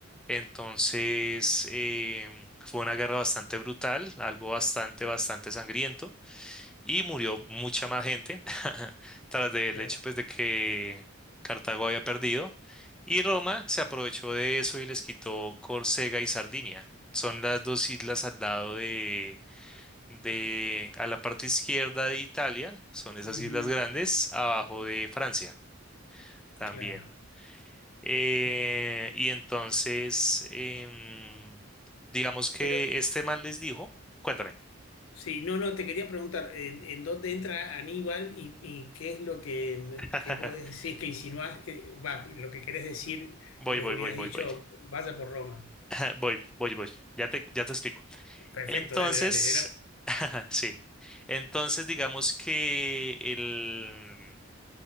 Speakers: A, in the centre; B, on the left.
A: Entonces, em, fue una guerra bastante brutal, algo bastante, bastante sangriento, y murió mucha más gente <laughs> tras del
B: claro,
A: hecho pues, de que Cartago había perdido, y Roma se aprovechó de eso y les quitó Córcega y Sardinia. Son las dos islas al lado de, de, a la parte izquierda de Italia, son esas
B: Ujú,
A: islas grandes, abajo de Francia también.
B: claro,
A: Eh,
B: mira.
A: y entonces, em, digamos que
B: Pero
A: este man les dijo, cuéntame.
B: Sí, no, no, te quería preguntar, ¿en, en dónde entra Aníbal y, y qué es lo que,
A: <laughs>
B: que vos decís, que insinuás que, va, lo que querés decir,
A: Voy,
B: que les
A: voy,
B: hubieras
A: voy, voy,
B: dicho,
A: voy.
B: vaya por Roma?
A: <laughs> Voy, voy, voy. Ya te, ya te explico.
B: Perfecto,
A: Entonces,
B: dale, dale. Era,
A: <laughs> sí. Entonces, digamos que el,